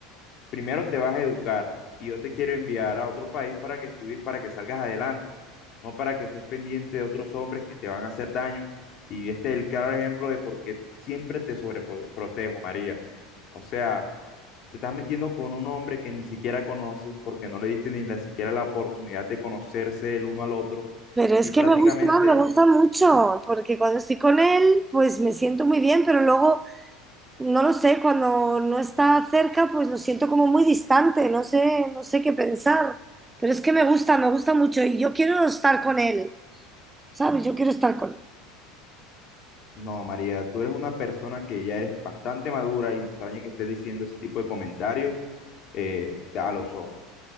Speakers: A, on the left; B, on the right.
A: primero te vas a educar y yo te quiero enviar a otro país para que estudies, para que salgas adelante, no para que estés pendiente de otros hombres que te van a hacer daño. Y este es el claro ejemplo de por qué siempre te sobreprotejo, María. O sea, te estás metiendo con un hombre que ni siquiera conoces porque no le diste ni la, siquiera la oportunidad de conocerse el uno al otro
B: Pero es
A: y
B: que
A: prácticamente
B: me gusta, me gusta mucho, porque cuando estoy con él, pues me siento muy bien, pero luego, no lo sé, cuando no está cerca, pues lo siento como muy distante, no sé, no sé qué pensar. Pero es que me gusta, me gusta mucho y yo quiero estar con él, ¿sabes? Yo quiero estar con él.
A: No, María, tú eres una persona que ya eres bastante madura y me extraña que estés diciendo ese tipo de comentarios eh, a los hombres.